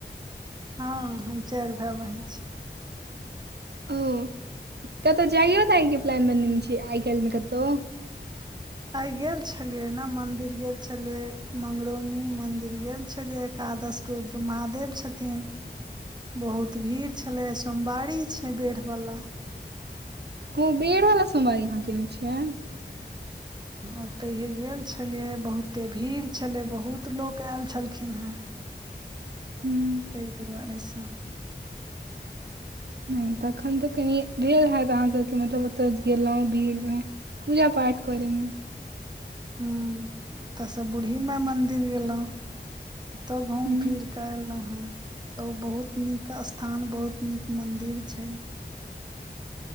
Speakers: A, on the right; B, on the right.
A: हँ हम चारि भाइ बहिन छी।
B: ओ कतहु जाइयो तऽ आइ के प्लान बनेने छी आइ काल्हि मे कतहु।
A: आइ गेल छलियै ने मन्दिर गेल छलियै मंगरौनी मन्दिर गेल छलियै एकादश। रुद्र महादेव छथिन। बहुत भीड़ छले सोमवारी छैय बेढ़ बाला।
B: ओ बेड़ वाला सोमवारी यहाँ केने छियै। <inaudible>
A: ओतहिए गेल छलियै बहुते भीड़ छलै बहुत लोक आयल छलखिन हें।
B: हूँ
A: तै दुआरे स
B: नहि तखन तऽ कनि भेल हेत अहाँ सबके मतलब ओतऽ गेलौं भीड़ मे। पूजा पाठ करैमे।
A: हूं ओतऽस बूड़ही माइ मन्दिर गेलहुँ ओतहु घुमि
B: ह
A: फिरकेऽ एलौं हं ओतो बहुत नीक स्थान बहुत नीक मंदिर छै।